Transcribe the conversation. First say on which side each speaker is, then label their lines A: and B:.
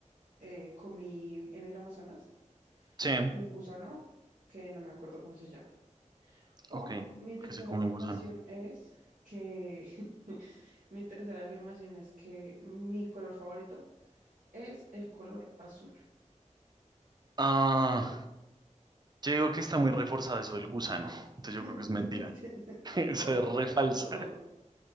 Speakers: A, on the right; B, on the right.
A: eh, comí en el Amazonas
B: Sí,
A: un gusano que no me acuerdo cómo se llama. O
B: ok,
A: mi tercera
B: que se come
A: afirmación
B: un gusano.
A: es que <laughs> mi tercera afirmación es que mi color favorito es el color azul.
B: Ah, yo digo que está muy reforzado eso del gusano. Entonces
A: <laughs>
B: yo creo que es mentira. <laughs> Eso
A: Correcto.
B: es re falsa.